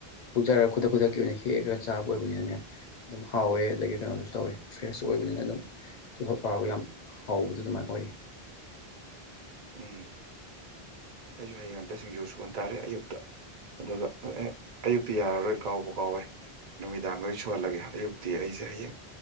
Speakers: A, on the left (about 50°); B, on the right (about 50°).
A: ꯍꯧꯖꯔꯒ ꯈꯨꯗꯛ ꯈꯨꯗꯛꯀꯤ ꯑꯣꯏꯅ ꯍꯦꯛꯑꯒ ꯆꯥꯕ ꯑꯣꯏꯕꯅꯤꯅꯅꯦ ꯑꯗꯨꯝ ꯍꯥꯎꯋꯦ ꯑꯗꯒꯤ ꯀꯩꯅꯣꯗꯁꯨ ꯇꯧꯋꯦ ꯐ꯭ꯔꯦꯁ ꯑꯣꯏꯕꯅꯤꯅ ꯑꯗꯨꯝ ꯇꯣꯊꯣꯠ ꯂꯧꯔꯒ ꯌꯥꯝ ꯍꯥꯎꯕꯗ ꯑꯗꯨꯃꯥꯏꯅ ꯑꯣꯏ
B: ꯎꯝ ꯑꯩꯁꯨ ꯍꯌꯦꯡ ꯑꯇ ꯁꯤꯡꯖꯨ ꯁꯨꯍꯟ ꯇꯥꯔꯦ ꯑꯌꯨꯛꯇ ꯑꯗꯨꯒ ꯑꯦ ꯑꯌꯨꯛꯇꯤ ꯌꯥꯔꯔꯣꯏ ꯀꯥꯎꯕ ꯀꯥꯎꯋꯦ ꯅꯨꯃꯤꯗꯥꯡꯗꯗꯤ ꯁꯨꯍꯜꯂꯒꯦ ꯑꯌꯨꯛꯇꯤ ꯑꯩꯁꯦ ꯑꯩꯁꯦ ꯍꯌꯦꯡ